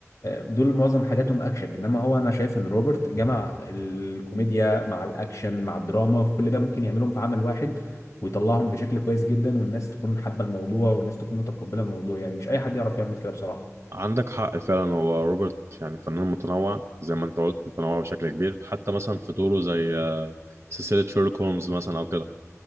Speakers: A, on the left; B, on the right.
A: دول معظم حاجاتهم اكشن انما هو انا شايف ان روبرت جمع الكوميديا مع الاكشن مع الدراما في كل ده ممكن يعملهم في عمل واحد ويطلعهم بشكل كويس جدا والناس تكون حابه الموضوع والناس تكون متقبله الموضوع يعني مش اي حد يعرف يعمل كده بصراحه
B: عندك حق فعلا هو روبرت يعني فنان متنوع زي ما انت قلت متنوع بشكل كبير حتى مثلا في دوره زي آه، سلسلة شيرلوك هولمز مثلا او كده